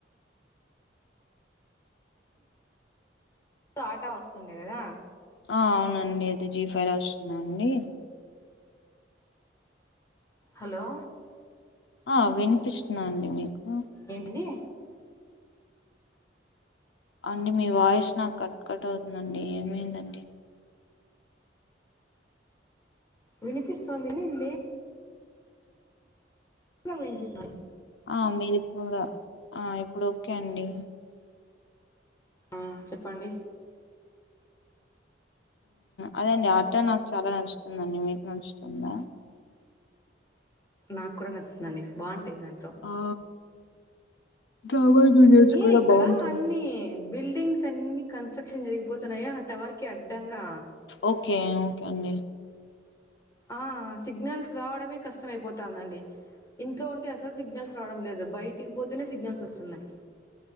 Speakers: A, on the left; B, on the left.
A: ఆటా వస్తుండే కదా
B: ఆ అవునండి అది జీ ఫైర్ లో వస్తుంద అండి
A: హలో
B: ఆ వినిపిస్తున్నాదా అండి మీకు
A: ఏంటిది
B: అండి మీ వాయిస్ నాకు కట్ కట్ అవుతుందండి ఏమైందండి
A: వినిపిస్తుందిని లే వినిపిస్తుంది <unintelligible>
B: ఆ మీది కూడా ఆ ఇప్పుడు ఓకే అండి
A: ఆ చెప్పండి
B: అదే అండి ఆట నాకు చాలా నచ్చుందండి మీకు నచ్చుతుందా
A: నాకు కూడా నచ్చుందండి బాగుంటాయి దాంట్లో
B: ఆ డ్రామా జూనియర్స్
A: ఏ
B: కూడా
A: ఇక్కడ
B: బాగుంటుందడి
A: అన్ని బిల్డింగ్స్ అన్ని కన్స్ట్రక్షన్ జరిగిపోతున్నాయో ఆ టవర్ కి అడ్డంగా
B: ఓకే ఒకే అండి
A: ఆ సిగ్నల్స్ రావడమే కష్టమైపోతుందండి ఇంట్లో ఉంటే అసలు సిగ్నల్స్ రావడం లేదు బయటికి పోతేనే సిగ్నల్స్ వస్తున్నాయి